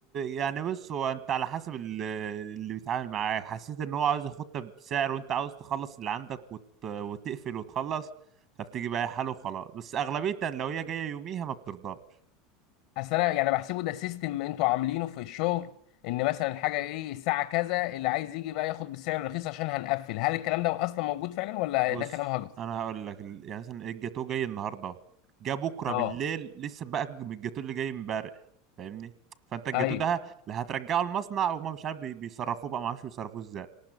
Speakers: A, on the right (about 45°); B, on the left (about 65°).
A: يعني بص هو انت على حسب ال- اللي بيتعامل معاه حسيت ان هو عاوز ياخدها بسعر وانت عاوز تخلص اللي عندك وت... وتقفل وتخلص فبتيجي بقى حاله وخلاص بس اغلبيه لو هي جايه يوميها ما بترضاش
B: اصل انا يعني بحسبه ده سيستم انتوا عاملينه في الشغل ان مثلا الحاجه ايه الساعه كذا اللي عايز يجي بقى ياخد بالسعر الرخيص عشان هنقفل هل الكلام ده اصلا موجود فعلا ولا
A: بص
B: ده كلام هجس
A: انا هقول لك ال- يعني مثلا الجاتوه جاي النهارده اهو جه بكره
B: اه
A: بالليل لسه بقى من الجاتوه اللي جاي امبارح فاهمني فانت الجاتوه
B: ايوه
A: ده لا هترجعه المصنع وما مش عارف بي- بيصرفوه بقى ما اعرفش بيصرفوه ازاي